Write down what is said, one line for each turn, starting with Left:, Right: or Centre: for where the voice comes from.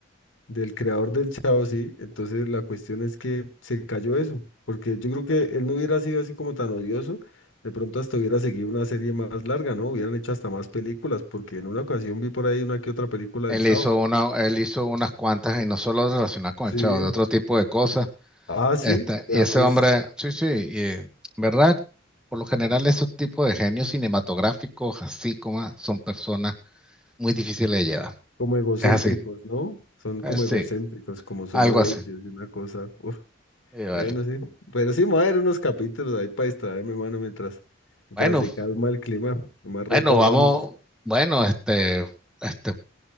Left: del creador del Chao, sí, entonces la cuestión es que se cayó eso, porque yo creo que él no hubiera sido así como tan odioso, de pronto hasta hubiera seguido una serie más larga, ¿no? Hubieran hecho hasta más películas, porque en una ocasión vi por ahí una que otra película
Centre: Él
Left: del Chao.
Centre: hizo una, él hizo unas cuantas y no solo relacionadas con
Left: Sí.
Centre: el Chavo, de otro tipo de cosas.
Left: Ah, sí,
Centre: Este,
Left: ya
Centre: y ese
Left: pues.
Centre: hombre, sí, sí, y, ¿verdad? Por lo general, esos tipos de genios cinematográficos, así como son personas muy difíciles de llevar.
Left: como egocéntricos,
Centre: Es así.
Left: ¿no? Son
Centre: Eh,
Left: como
Centre: sí.
Left: egocéntricos, como solo
Centre: Algo
Left: ellos,
Centre: así.
Left: y una cosa. Uf,
Centre: Y yo,
Left: bueno,
Centre: vale.
Left: sí. Pero sí, me voy a ver unos capítulos ahí para distraerme, mano, mientras, mientras
Centre: Bueno,
Left: se calma el clima. Más rato
Centre: bueno,
Left: hablamos.
Centre: vamos, bueno, este, este,